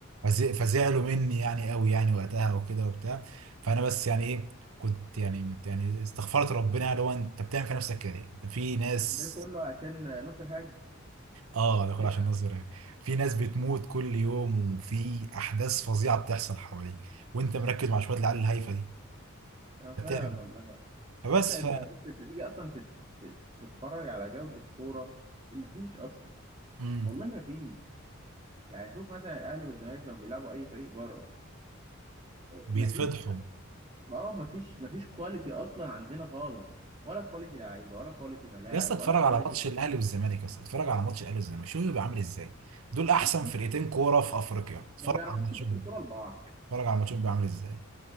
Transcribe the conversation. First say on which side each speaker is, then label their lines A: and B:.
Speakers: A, on the right; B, on the right.
A: فز- فزعلوا مني يعني قوي يعني وقتها وكده وبتاع فانا بس يعني ايه كنت يعني مت- يعني استغفرت ربنا يعني هو انت بتعمل في نفسك كده ليه؟ انت في ناس
B: ده كله عشان ناصر هاج
A: اه ده كله
B: ايه
A: عشان نظر يعني في ناس بتموت كل يوم وفي احداث فظيعه بتحصل حواليك وانت مركز مع شويه العيال الهايفه دي
B: آه،
A: بتعمل
B: فعلا والله
A: فبس
B: حتى انت بص انت تيجي اصلا تت... تت- تتفرج على جودة كورة مفيش اصلا
A: امم
B: والله مفيش يعني شوف مثلا الاهلي والزمالك لما بيلعبوا اي فريق بره إيه،
A: فبيتفضحوا
B: مفيش اه مفيش مفيش كواليتي اصلا عندنا خالص ولا كواليتي لعيبه ولا كواليتي ملاعب
A: يا اسطى اتفرج
B: ولا كواليتي
A: على ماتش الاهلي والزمالك يا اسطى اتفرج على ماتش الاهلي والزمالك شوف بيبقى عامل ازاي دول احسن
B: شوف
A: فرقتين كوره في افريقيا اتفرج
B: ما بيعرفوش
A: على ماتشهم
B: يبصوا الكوره لبعض
A: اتفرج على ماتشهم بيبقى عامل ازاي